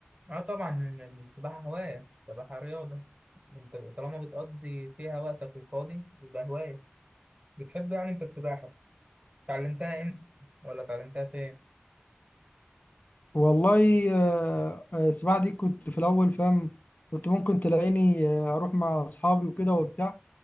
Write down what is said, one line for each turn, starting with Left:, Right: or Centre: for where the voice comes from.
Right: اه طبعا السباحه هوايه السباحه رياضه انت طالما بتقضي فيها وقتك الفاضي يبقى هوايه بتحب يعني انت السباحه اتعلمتها امتى ولا اتعلمتها فين
Left: والله آه، آه، السباحة دي كنت في الأول فاهم كنت ممكن تلاقيني آه، أروح مع أصحابي وكده وبتاع